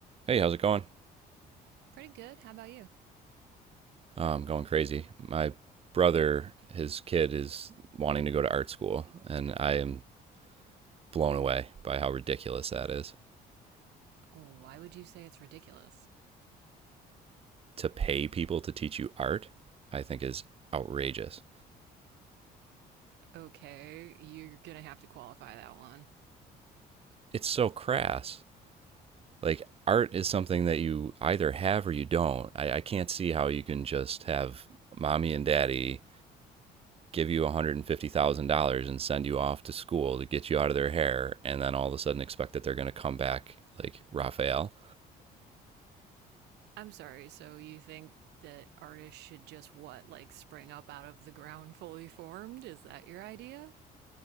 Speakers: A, on the right (about 35°); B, on the right (about 80°).
A: Hey, how's it going?
B: Pretty good. How about you?
A: I'm going crazy. My brother, his kid is wanting to go to art school, and I am blown away by how ridiculous that is.
B: Why would you say it's ridiculous?
A: To pay people to teach you art, I think is outrageous.
B: Okay, you're gonna have to qualify that one.
A: It's so crass. Like art is something that you either have or you don't. I, I can't see how you can just have mommy and daddy give you $150,000 and send you off to school to get you out of their hair and then all of a sudden expect that they're going to come back like Raphael
B: I'm sorry, so you think that artists should just what, like spring up out of the ground fully formed? Is that your idea?